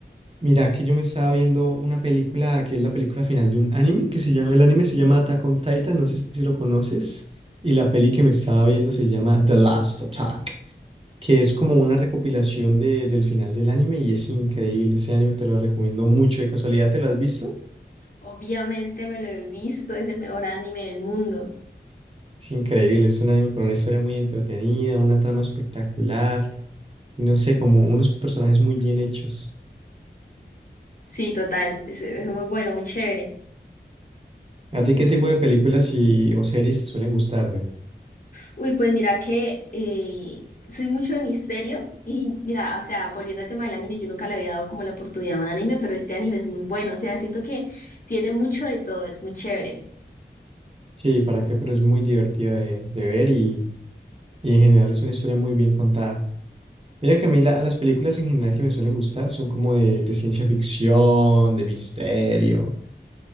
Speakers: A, on the right; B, on the left.
A: Mira que yo me estaba viendo una película que es la película final de un anime que se llama, el anime se llama Attack on Titan, no sé si lo conoces. Y la peli que me estaba viendo se llama The Last Attack, que es como una recopilación de, del final del anime y es increíble. Ese anime te lo recomiendo mucho. ¿De casualidad te lo has visto?
B: Obviamente me lo he visto, es el mejor anime del mundo.
A: Es increíble, es un anime con una historia muy entretenida, una trama espectacular y no sé, como unos personajes muy bien hechos.
B: Sí, total, es, es muy bueno, muy chévere.
A: ¿A ti qué tipo de películas y, o series te suelen gustar, ve?
B: Uy, pues mira que eh, soy mucho de misterio y mira, o sea, volviendo al tema del anime, yo nunca le había dado como la oportunidad a un anime, pero este anime es muy bueno, o sea, siento que tiene mucho de todo, es muy chévere.
A: Sí, ¿para qué? Pero es muy divertido de, de ver y, y en general es una historia muy bien contada. Mira que a mí la- las películas en general que me suelen gustar son como de, de ciencia ficción, de misterio,